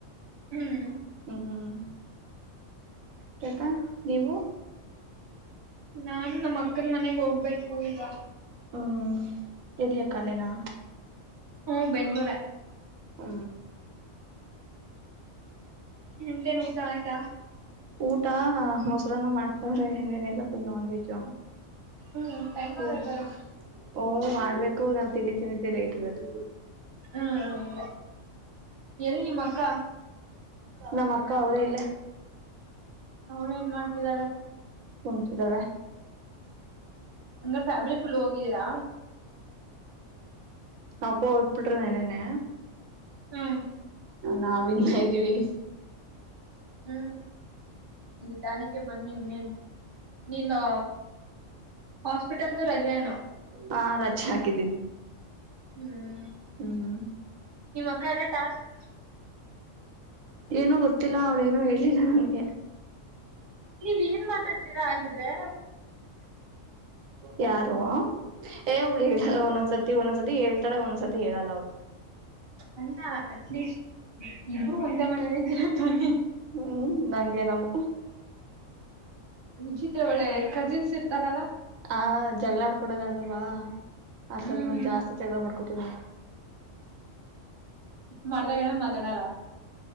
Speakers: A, on the right; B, on the right.
A: ಹ್ಮ್
B: ಹ್ಮ್ ಕೇಕಾ ನೀವು
A: ನಾನು ನಮ್ಮ ಅಕ್ಕನ್ ಮನೆಗ್ ಹೋಗ್ಬೇಕು ಈಗ
B: ಹ್ಮ್ ಎಲ್ಲಿಿಯ ಕಾಲೆನಾ
A: ಹ್ಮ ಬೆಂಗ್ಗಳೂರ
B: ಹ್ಮ
A: ನಿಮ್ದೇನು ತ ಆಯ್ತಾ
B: ಊಟ ಮೊಸರನ್ನ ಮಾಡ್ತವ್ರೆ ನೀನೆಲ್ಲ ಫುಲ್ ನಾನ್ ವೆಜು
A: ಹ್ಮ್ ಟೈಮ್ ಆಗೈತಲ್ಲ
B: ಇತ್ತು ಮಾಡ್ಬೇಕು ನಾವು ತಿಂಡಿ ತಿಂದಿದ್ದೆ ರೇಟ್ ಇರದು
A: ಹ್ಮ ಹೌದ ಎಲ್ಲಿ ನಿಮ್ಮ ಅಕ್ಕ
B: ನಮ್ಮ ಅಕ್ಕ ಅವರೇ ಇಲ್ಲ
A: ಅವಳ ಏನ್ ಮಾಡ್ತಿದ್ದಾಳೆ
B: ಕುಂಚಿದಳ
A: ಅಂಗ್ರ ಫ್ಯಾಮಿಲಿ ಫುಲ್ ಹೋಗೀರಾ
B: ನಾಪ್ಪ ಉಳ್ಪಿಟ್ಟರನೆೆನೆನ್ನೆ
A: ಹ್ಮ್
B: ನಾ ವಿಂತ ಇದ್ದೀವಿ
A: ಹ್ಮ್ ಇಲ್ಲಿ ತಾನಕ್ಕೆ ಬ ನಿನ್ನ ಹಾಸ್ಪಿಟಲ್ ತ ರಜೆಯನ
B: ಹಾ ರಜೆ ಹಾಕಿದ್ದೀನಿ
A: ಹ್ಮ್
B: ಹ್ಮ್
A: ನಿಮ್ಮ ಅಕ್ಕ ಎಲ್ಲ ಟಾಸ್ಕ್ ಮು
B: ಏನುೂ ಗೊತ್ತಿಲ್ಲ ಅವ್ಳೇನುೂ ಹೇಲಿಲ್ಲ ನಂಗೆ
A: ನೀವ್ ಏನ್ ಮಾತಾತೀರಾ ಹಾಗಗಿದ್ರೆ
B: ಯಾರ ಏ್ ಅವಬ್ಳು ಹೇಳಲ್ಲ ಒಂದೊಂದ್ ಸತಿ ಒಂದ್ಸತಿ ಹೇಳ್ತಾಳ ಒಂದೊಂದ್ಸತಿ ಹೇಳಲ್ಲ ಅವ್ಳು
A: ಅಲ್ಲ ಅಟ್ಲೀಸ್ಟ್ ಇಬ್ರು ಒಂದೇ ಮನೇಲಿ್ದರ ತ
B: ಹ್ಮ್ ನಂಗೆ ನಾವು
A: ವಿಚಿತ್ರ ಒಳ್ಳೆ ಕಜಿನ್ಸ್ ಇರ್ತಾರಲ್ಲಾ
B: ಆ ಜಗಳಾಡ್ಕಡಗ ಆಡ್ರಲ್ವಾ ಆಥರ
A: ಹ್ಮ್
B: ನಮ ಜಾಸ್ತಿ ಚಗಳ ಮಾಡ್ಕೋತಿವಿ ನಾವ
A: ಮಾಡ್ದಾಗಣ ಮಾತಾಡಲ್ಲ